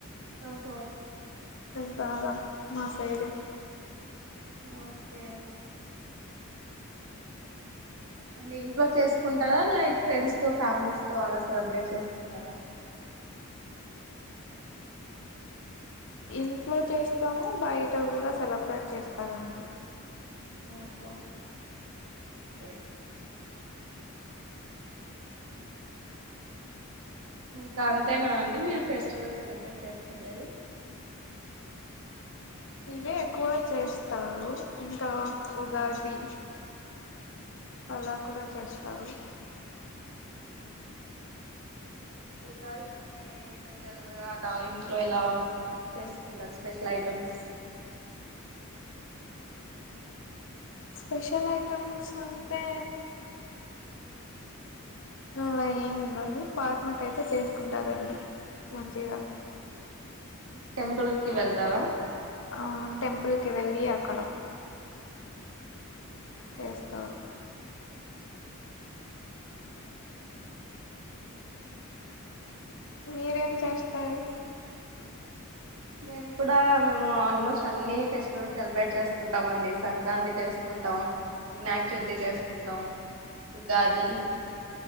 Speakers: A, on the right; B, on the left.
A: ఓహో
B: అ బాగా మా సైడు
A: ఓకే అంటే ఇంట్లో చేసుకుంటరా లైక్ ఫ్రెండ్స్ తో ఫ్యామిలీస్ తో అలా సెలబ్రేట్ చేసుకుంటారా
B: ఇంట్లో చేస్తాము బయట కూడా సెలబ్రేట్ చేస్తారండి
A: ఓహో ఉ ఇంకా అంతేనా అండి మీరు ఫెస్టివల్ సెలబ్రేట్ చేసుకునేది
B: అంటే ఎక్కువ చేస్తారు ఇంకా ఉగాది అలా కూడా చేస్తారు
A: ఈసారి స్పెషల్ గా అలా ఇంట్లో ఇలా చేసుకుంటారు స్పెషల్ ఐటమ్స్
B: స్పెషల్ ఐటమ్స్ ఉంటే అలా ఏమిండదు పార్నక్ అయితే చేసుకుంటారండి మంచిగా
A: టెంపుల్ కి వెళ్తారా
B: ఆ టెంపుల్ కి వెళ్లి అక్కడ చేస్తారు మీరేం చేస్తారు
A: మేము కూడా మేము ఆల్మోస్ట్ అన్ని ఫెస్టివల్ సెలబ్రేట్ చేసుకుంటాం అండి సంక్రాంతి చేసుకుంటాం వినాయక చవితి చేసుకుంటాం ఉగాది